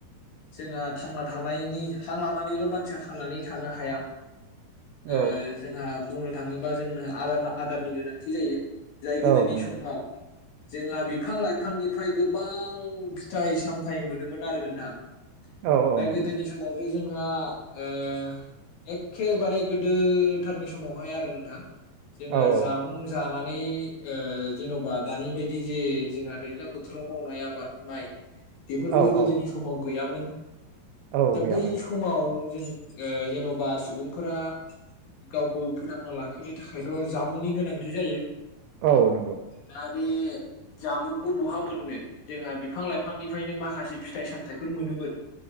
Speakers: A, on the left; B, on the right.
A: जोंहा थांना थानायनि हां लानानैल' मानसिया थांनानै थानो हाया।
B: औ
A: ओ जोंहा बुंनो थाङोबा जोंनो आदारना आदारनि गोनांथि जायो। जाय गोदोनि
B: औ नंगौ
A: समाव जोंहा बिफां लाइफांनिफ्राय गोबां फिथाइ सामथायाइ मोनोमोन आरो नोंथां।
B: औ औ
A: दा
B: नंगौ
A: गोदोनि
B: नोंथां
A: समाव जोंहा ओ एखेबारे गोदोथारनि समावहाय आरो नोंथां। जोङो
B: औ औ
A: जामुं जा नानै ओ जेन'बा दानि बायदि जे जोंहा दैज्लां बोथोराव मावनाय आबाद माइ बेफोरखौ
B: औ
A: गोदोनि
B: औ
A: समाव गैयामोन।
B: औ
A: दा
B: गैयामोन
A: बै समाव जोंङो ओ जेन'बा सुबुंफोरा गावखौ फोथांना लाखिनो थाखायथ' जामुंनि गोनांथि जायो।
B: औ नंगौ
A: दा बे जामुंखौ बहा मोननो जोंहा बिफां लाइफांनिफ्रायनो माखासे फिथाइ सामथाय फोर मोनोमोन।